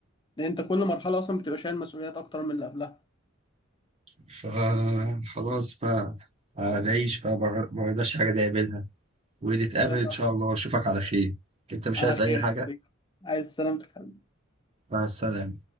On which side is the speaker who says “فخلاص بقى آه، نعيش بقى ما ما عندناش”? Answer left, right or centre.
Right